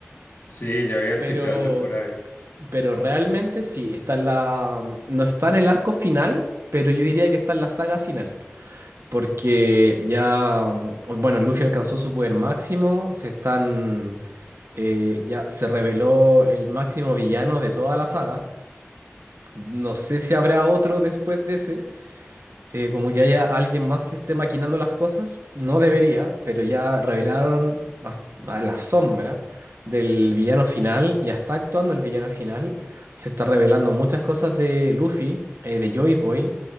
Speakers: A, on the left (about 55°); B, on the right (about 65°).
A: sí, ya había escuchado
B: Pero,
A: eso por ahí.
B: pero realmente sí, está en la, no está en el arco final, pero yo diría que está en la saga final. Porque ya, mm, bueno, Luffy alcanzó su poder máximo, se están, eh, ya se reveló el máximo villano de toda la saga. No sé si habrá otro después de ese, eh, como que haya alguien más que esté maquinando las cosas, no debería, pero ya revelaron bas- a la sombra del villano final, ya está actuando el villano final, se está revelando muchas cosas de Luffy, eh, de Joy Boy,